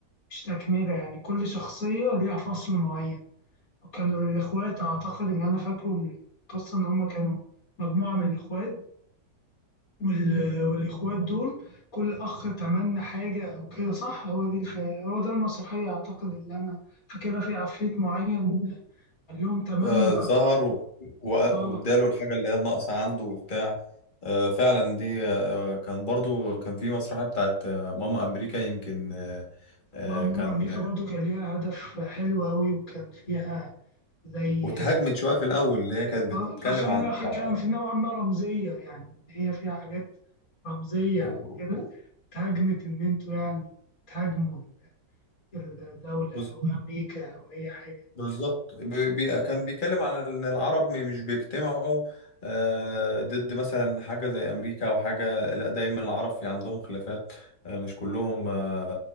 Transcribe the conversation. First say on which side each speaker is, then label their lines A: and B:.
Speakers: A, on the left; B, on the left.
A: مش تكملة يعني كل شخصية ليها فصل معين كانوا الإخوات أعتقد إن أنا فاكره من القصة إن هما كانوا مجموعة من الإخوات وال... والإخوات دول كل أخ تمنى حاجة أو كده صح هو دي الف... هو ده المسرحية أعتقد اللي أنا فاكرها في عفريت معين قال لهم تمنى
B: آه، ظهر و... و...
A: آه
B: واداله الحاجة اللي هي الناقصة عنده وبتاع آه فعلا دي آه آه، كان برضو كان في مسرحية بتاعت آه ماما أمريكا يمكن آه آه،
A: ما ماما
B: كان
A: أمريكا برضو كان ليها هدف حلو أوي وكان فيها زي
B: واتهاجمت شويه في الاول اللي هي كانت
A: آه
B: بتتكلم
A: عشان
B: عن ال-
A: كان في نوعا ما رمزية يعني هي فيها حاجات رمزية
B: و-
A: وكده اتهاجمت إن أنتوا يعني تهاجموا الدولة
B: بز-
A: أو أمريكا أو أي حاجة
B: بالظبط بي- بي- كان بيتكلم عن ان العرب مش بيجتمعوا آه، ضد مثلا حاجه زي امريكا او حاجه لا دايما العرب في عندهم خلافات آه، مش كلهم آه،